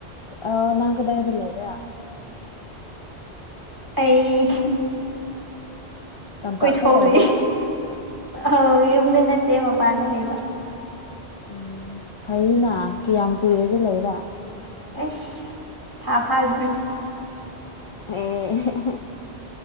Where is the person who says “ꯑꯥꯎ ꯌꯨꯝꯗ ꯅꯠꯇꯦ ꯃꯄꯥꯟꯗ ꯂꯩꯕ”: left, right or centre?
Right